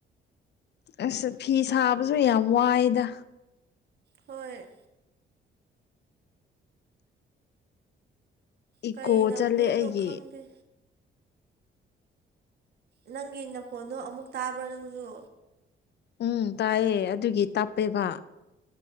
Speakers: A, on the left; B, on the right.
A: ꯑꯁ ꯐꯤ ꯁꯥꯕꯁꯨ ꯌꯥꯝ ꯋꯥꯏꯗ
B: ꯍꯣꯏ
A: ꯏꯀꯣ
B: ꯀꯩꯗꯧꯗꯣꯏꯅꯣ
A: ꯆꯠꯂꯦ ꯑꯩꯒꯤ
B: ꯈꯪꯗꯦ ꯅꯪꯒꯤ ꯅꯈꯣꯟꯗꯣ ꯑꯃꯨꯛ ꯇꯥꯕ꯭ꯔꯣ ꯅꯪꯁꯨ
A: ꯎꯝ ꯇꯥꯏꯌꯦ ꯑꯗꯨꯒꯤ ꯇꯞꯄꯦꯕ